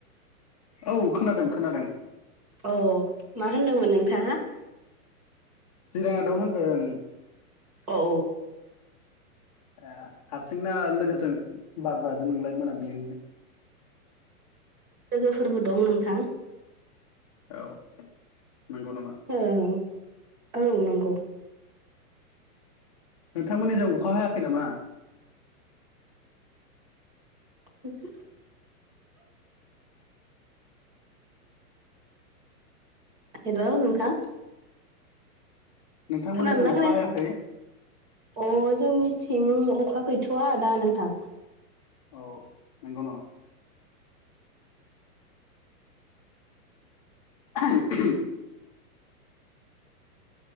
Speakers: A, on the left; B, on the right.
A: औ खोनादों खोनादों।
B: अ' मा होनदोंमोन नोंथाङा?
A: जिरायना दं होन्दों।
B: औ।
A: ए हारसिं ना लोगोजों बार जादों नोंलाय मोनाबिलिनि?
B: लोगोफोरबो दं नोंथां।
A: औ नंगौ नामा?
B: ओं औ नंगौ।
A: नोंथांमोननि जों अखा हायाखै नामा।
B: <unintelligible> हेल' नोंथां।
A: नोंथांमोननि
B: खोनादोंना
A: जों अखा
B: खोनायाखै।
A: हायाखै
B: अ' जोंनिथिं अखा गैथ'आ दा नोंथां।
A: औ नंगौ नामा। <unintelligible>